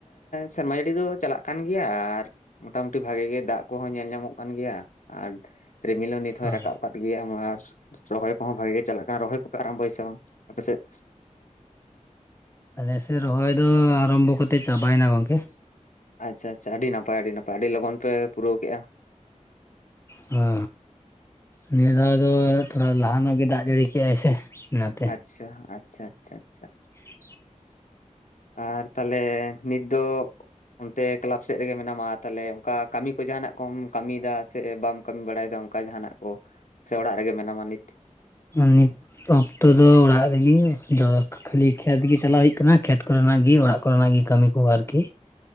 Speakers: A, on the left; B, on the left.
A: ᱥᱮᱨᱢᱟ ᱡᱟᱹᱲᱤ ᱫᱚ ᱪᱟᱞᱟᱜ ᱠᱟᱱ ᱜᱮᱭᱟ ᱟᱨ ᱢᱳᱴᱟᱢᱩᱴᱤ ᱵᱷᱟᱜᱮ ᱜᱮ ᱫᱟᱜ ᱠᱚᱦᱚᱸ ᱧᱮᱞ ᱧᱟᱢᱚᱜ ᱠᱟᱱ ᱜᱮᱭᱟ ᱟᱨ ᱨᱤᱢᱤᱞ ᱦᱳ ᱱᱤᱛ ᱦᱚᱸᱭ
B: ᱦᱳᱭ
A: ᱨᱟᱠᱟᱵ ᱠᱫ ᱜᱮᱭᱟ ᱨᱚᱦᱚᱭ ᱠᱚᱦᱚᱸ ᱵᱷᱟᱜᱤ ᱜᱮ ᱪᱟᱞᱟᱜ ᱨᱚᱦᱚᱭ ᱠᱚᱯᱮ ᱟᱨᱟᱢᱵᱚᱭᱟ ᱥᱮ ᱵᱟᱝ ᱟᱯᱮᱥᱮᱫ?
B: ᱟᱞᱮᱥᱮᱫ ᱨᱚᱦᱚᱭ ᱫᱚ ᱟᱨᱚᱢᱵᱚ ᱠᱟᱛᱮ ᱪᱟᱵᱟᱭᱱᱟ ᱜᱚᱝᱠᱮ᱾
A: ᱟᱪᱪᱷᱟ ᱟᱪᱪᱷᱟ ᱟᱹᱰᱤ ᱱᱟᱯᱟᱭ ᱟᱹᱰᱤ ᱱᱟᱯᱟᱭ ᱟᱹᱰᱤ ᱞᱚᱜᱚᱱ ᱯᱮ ᱯᱩᱨᱟᱹᱣ ᱠᱮᱫᱮᱜᱼᱟ᱾
B: ᱦᱚ ᱱᱤᱭᱟᱹ ᱫᱷᱟᱣ ᱫᱚ ᱛᱷᱚᱲᱟ ᱞᱟᱦᱟᱟᱱᱚᱜ ᱜᱮ ᱫᱟᱜ ᱡᱟᱹᱲᱤ ᱠᱮᱜᱟᱭ ᱥᱮ ᱚᱱᱟᱛᱮ
A: ᱟᱪᱪᱷᱟ ᱟᱪᱪᱷᱟ ᱟᱪᱪᱷᱟ ᱟᱪᱪᱷᱟ
B: <inaudible>
A: ᱟᱨ ᱛᱟᱦᱚᱞᱮ ᱱᱤᱛ ᱫᱚ ᱚᱱᱛᱮ ᱠᱮᱞᱟᱯ ᱥᱮᱫ ᱨᱮᱜᱮ ᱢᱮᱱᱟᱢᱟ ᱛᱟᱦᱚᱞᱮ ᱚᱱᱠᱟ ᱠᱟᱹᱢᱤ ᱠᱚ ᱡᱟᱦᱟᱱᱟᱜ ᱠᱚᱢ ᱠᱟᱹᱢᱤᱭᱮᱫᱟ ᱥᱮ ᱵᱟᱢ ᱠᱟᱢᱤ ᱵᱟᱲᱟᱭᱮᱫᱟ ᱚᱱᱠᱟ ᱡᱟᱦᱟᱱᱟᱜ ᱠᱚ ᱥᱮ ᱚᱲᱟᱜ ᱨᱮᱜᱮ ᱢᱮᱱᱟᱢᱟ ᱱᱤᱛ?
B: ᱱᱤᱛ ᱚᱠᱛᱚ ᱫᱚ ᱚᱲᱟᱜ ᱨᱮᱜᱤ ᱫᱚᱠ ᱠᱷᱟᱹᱞᱤ ᱠᱷᱮᱛ ᱜᱮ ᱪᱟᱞᱟᱣ ᱦᱩᱭᱩᱜ ᱠᱟᱱᱟ ᱠᱷᱮᱛ ᱠᱚᱨᱮᱱᱟᱜ ᱜᱮ ᱚᱲᱟᱜ ᱠᱚᱨᱮᱱᱟᱜ ᱜᱮ ᱠᱟᱹᱢᱤ ᱠᱚ ᱟᱨᱠᱤ᱾